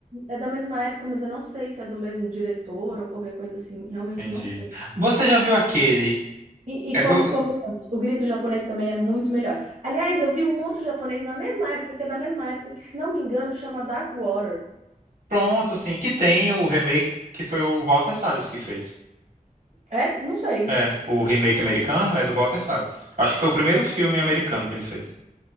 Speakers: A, on the right; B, on the right.
A: É da mesma época, mas eu não sei se é do mesmo diretor ou qualquer coisa assim. Realmente
B: Entendi.
A: não sei.
B: Você já viu aquele.
A: E, e
B: É
A: como,
B: que eu-
A: como o grito japonês também é muito melhor. Aliás, eu vi um outro japonês na mesma época, que é da mesma época, que, se não me engano, chama Dark Water.
B: Pronto, sim, que tem o remake que foi o Walter Salles que fez.
A: É? Não sei.
B: É, o remake americano é do Walter Salles. Acho que foi o primeiro filme americano que ele fez.